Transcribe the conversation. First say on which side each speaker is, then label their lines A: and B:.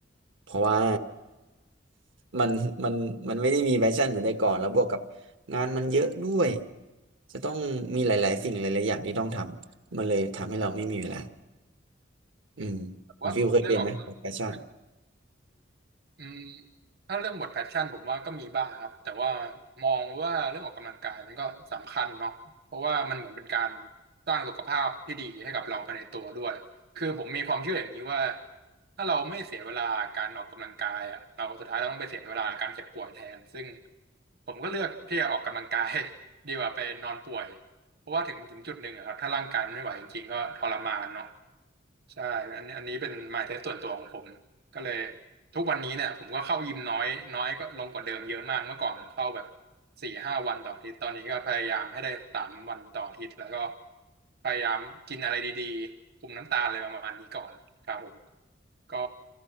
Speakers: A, on the right; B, on the right.
A: เพราะว่า มันมันมันไม่ได้มีแพชชั่นเหมือนแต่ก่อนแล้วบวกกับงานมันเยอะด้วยจะต้องมีหลายๆสิ่งหลายๆอย่างที่ต้องทำมันเลยทำให้เราไม่มีเวลาอืมของฟิวเคยเป็นไหมแพชชั่น
B: แต่ว่าเรื่องออก อืมถ้าเรื่องหมดแพชชั่นผมว่าก็มีบ้างครับแต่ว่ามองว่าเรื่องออกกำลังกายมันก็สำคัญเนาะเพราะว่ามันเหมือนเป็นการสร้างสุขภาพที่ดีให้กับเราภายในตัวด้วยคือผมมีความเชื่ออย่างนี้ว่าถ้าเราไม่เสียเวลาการออกกำลังกายอะเราสุดท้ายเราต้องไปเสียเวลาการเจ็บป่วยแทนซึ่งผมก็เลือกที่จะออกกำลังกาย <laughs> ดีกว่าไปนอนป่วยเพราะว่าถึงถึงจุดหนึ่งอะครับถ้าร่างกายมันไม่ไหวจริงๆก็ทรมานเนาะ ใช่อันนี้อันนี้เป็น mindset ส่วนตัวของผม ก็เลยทุกวันนี้เนี่ยผมก็เข้ายิมน้อย น้อยก็ลงกว่าเดิมเยอะมากเมื่อก่อนผมเข้าแบบสี่ห้าวันต่ออาทิตย์ตอนนี้ก็พยายามให้ได้สามวันต่ออาทิตย์แล้วก็พยายามกินอะไรดีๆคุมน้ำตาลอะไรประมาณนี้ก่อนครับผมก็